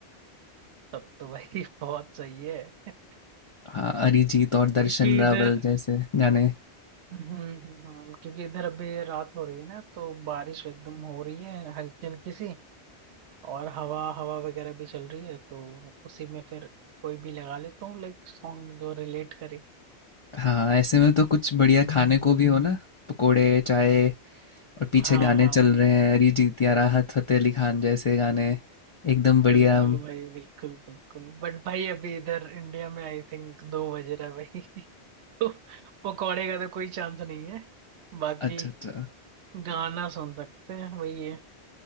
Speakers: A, on the right; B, on the left.
A: तब तो भाई <laughs> बहुत सही है
B: हाँ अरिजीत और दर्शन
A: क्योंकि
B: रावल
A: इधर
B: जैसे गाने
A: हम्म हम्म, हाँ, क्योंकि इधर अभी रात हो रही है ना तो बारिश एकदम हो रही है हल्की हल्की सी और हवा हवा वगैरह भी चल रही है तो उसी में फिर कोई भी लगा लेता हूँ लाइक सॉन्ग जो रिलेट करे
B: हाँ ऐसे में तो कुछ बढ़िया खाने को भी हो ना पकोड़े चाय और पीछे
A: हाँ
B: गाने
A: हाँ
B: चल रहे हैं अरिजीत या राहत फतेह अली खान जैसे गाने एकदम बढ़िया
A: बिल्कुल भाई बिल्कुल बिल्कुल बट भाई अभी इधर इंडिया में आई थिंक दो बज रहा है भाई <laughs> तो पकौड़े का तो कोई चांस नहीं है बाकी
B: अच्छा अच्छा
A: गाना सुन सकते हैं वही है